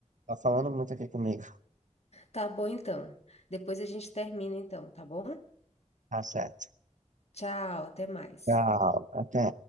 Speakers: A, on the right; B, on the left.
A: tá falando muito aqui comigo.
B: Tá bom então. Depois a gente termina então, tá bom?
A: Tá certo.
B: Tchau, até mais.
A: Tchau, até.